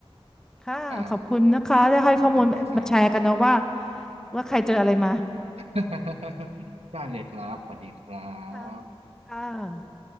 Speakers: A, in the centre; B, on the right.
A: ค่ะขอบคุณนะคะที่ให้ข้อมูลมาแชร์กันเนาะว่า
B: อ่าขอบคุณมากครับ
A: ว่าใครเจออะไรมา
B: <laughs> ได้เลยครับ สวัสดีครั
A: ค่ะ
B: บ
A: ค่ะ